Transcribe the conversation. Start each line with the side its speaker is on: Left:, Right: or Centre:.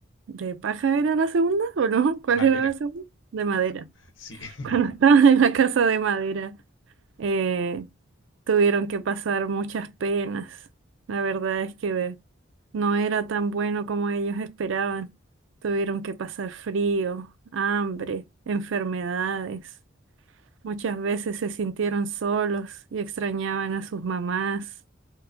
Right: de paja, ¿era la segunda o no? <laughs> ¿Cuál
Left: Madera.
Right: era la segunda? De madera.
Left: Sí. <laughs>
Right: Cuando estaban en la casa de madera. eh, tuvieron que pasar muchas penas. La verdad es que no era tan bueno como ellos esperaban. Tuvieron que pasar frío, hambre, enfermedades. Muchas veces se sintieron solos y extrañaban a sus mamás